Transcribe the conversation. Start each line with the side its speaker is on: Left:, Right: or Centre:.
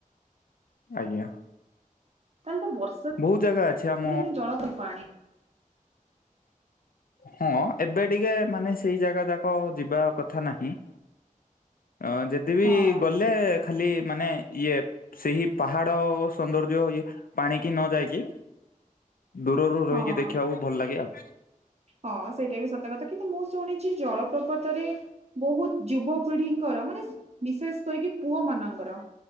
Left: ଆଜ୍ଞା।
Right: ତାହେଲେ ତ ବର୍ଷା
Left: ବହୁତ ଜାଗା ଅଛି ଆମ
Right: ଦିନେ ଜଳ ପଇ ପାଣି।
Left: ହଁ ଏବେ ଟିକେ ମାନେ ସେଇ ଜାଗା ଯାକ ଯିବା କଥା ନାହିଁ। ଆଁ ଯଦି ବିି
Right: ହଁ
Left: ଗଲେ ଖାଲି ମାନେ ଇଏ ସେହି ପାହାଡ ସୌନ୍ଦର୍ଯ୍ୟ ଇଏ ପାଣିକି ନ ଯାଇକି ଦୂରରୁ
Right: ହଁ
Left: ରହିକି ଦେଖିବାକୁ ଭଲ ଲାଗେ ଆଉ।
Right: ହଁ ସେଇଟା ବି ସତ କଥା କିନ୍ତୁ ମୁଁ ଶୁଣିଚି ଜଳପ୍ରପାତରେ ବହୁତୁ ଯୁବ ପିଢିଙ୍କର ମାନେ ବିଶେଷ କରିକି ପୁଅ ମାନଙ୍କର